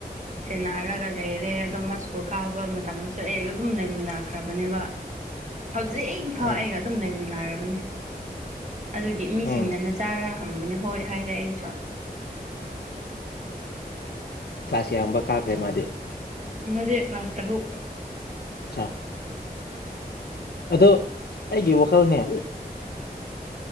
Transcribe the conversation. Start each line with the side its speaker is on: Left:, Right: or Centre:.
Right: ꯁꯅꯥꯔꯒꯥ ꯂꯩꯔꯦ ꯑꯗꯣ ꯃꯁꯨ ꯏ꯭ꯁꯀꯨꯜ ꯀꯥꯕ ꯃꯇꯝꯗꯁꯨ ꯑꯩ ꯑꯗꯨꯝ ꯂꯩꯃꯤꯟꯅꯈ꯭ꯔꯕꯅꯦꯕ ꯍꯧꯖꯤꯛ ꯐꯥꯎ
Left: ꯎꯝ
Right: ꯑꯩꯒ ꯑꯗꯨꯝ ꯂꯩꯃꯤꯟꯅꯔꯕꯅꯤ ꯑꯗꯨꯒꯤ ꯃꯤꯁꯤꯡꯅ
Left: ꯎꯝ
Right: ꯅꯆꯥꯔꯥ ꯍꯪꯕꯅꯦ ꯍꯣꯏ ꯍꯥꯏꯔꯦ ꯑꯩꯁꯨ
Left: ꯀ꯭ꯂꯥꯁ ꯌꯥꯝꯕ ꯀꯥꯈ꯭ꯔꯦ ꯃꯥꯗꯤ
Right: ꯍꯧꯖꯤꯛ ꯀ꯭ꯂꯥꯁ ꯇꯔꯨꯛ
Left: ꯑꯆꯥ ꯑꯗꯣ ꯑꯩꯒꯤ ꯋꯥꯈꯜꯅꯦ